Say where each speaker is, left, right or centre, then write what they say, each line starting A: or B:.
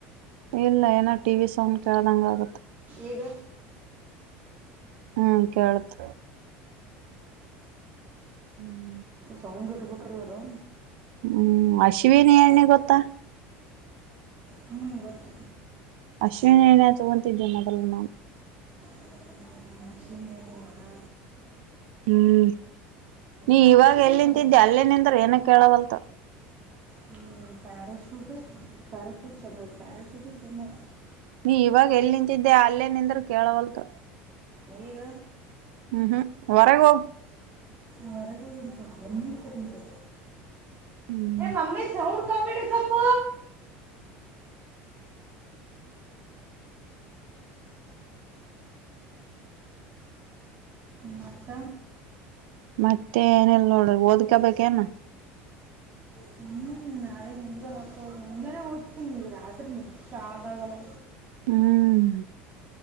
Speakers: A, on the right (about 85°); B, on the right (about 30°).
A: ಇಲ್ಲ ಏನೋ ಟಿ ವಿ ಸೌಂಡ್ ಕೇಳ್ದಂಗ ಆಗುತ್ತೆ
B: ಈಗ
A: ಹ್ಮ ಕೇಳತ ಹ್ಮ್ <unintelligible>
B: ಸೌಂಡ್ ಇಟ್ಟು ಬಿಟ್ಟ್ರೂ ಇವ್ರು
A: ಹ್ಮ್ ಅಶ್ವಿನಿ ಎಣ್ಣಿ ಗೊತ್ತಾ
B: ಹ್ಮ್ ಗೊತ್ತು
A: ಅಶ್ವಿನಿ ಎಣ್ಣಿ ಹಚ್ಚಕೊಂತಿದ್ದೆ ಮೊದಲು ನಾ
B: ಹ್ಮ್, ಅಶ್ವಿನಿ ಎಣ್ಣಿ ನಾ
A: ಹ್ಮ್ ನೀ
B: ತಾರಷ್ಟೇ
A: ಇವಾಗ ಎಲ್ಲಿಂತಿದ್ದೆ
B: ಚಂದ ಅಕ್ಕ.
A: ಅಲ್ಲೇ ನಿಂದ್ರೂ ಏನೂ ಕೇಳಗಲ್ದೂ
B: ಹ್ಮ್ ಪ್ಯಾರಾಶೂಟ ಪ್ಯಾರಾಶೂಟ್ ಚಂದ ಪ್ಯಾರಾಶೂಟ್ ಚಂದನ
A: ನೀ ಇವಾಗ ಎಲ್ಲಿ ನಿಂತಿದ್ದೆ ಅಲ್ಲೇ ನಿಂದ್ರರು ಕೇಳವಲ್ತು
B: ಈಗ
A: ಹ್ಮ್ ಹ್ಮ್ ಹೊರಗ್ ಹೋಗ್
B: ಹೊರಗೆ ನಿಂತು ಕೊಂಡಿದ್ದೆ
A: ಹ್ಮ್
B: ಮಮ್ಮಿ ಸೌಂಡ್ ಕಮ್ಮಿ ಇಡು ಸ್ವಲ್ಪ ಮತ್ತ
A: ಮತ್ತೆ ಏನಲ್ ನೋಡ ಓದ್ಕಬೇಕೇನ
B: ಹ್ಮ್ ನಾಳೆ ಮುಂಜಾನೆ ಓದ್ಕೋ ಮುಂಜಾನೆ ಓದ್ತೀನಿ ರಾತ್ರಿ ನಿದ್ದಿ ಸಾಕಾಗಲ್ಲ
A: ಹ್ಮ್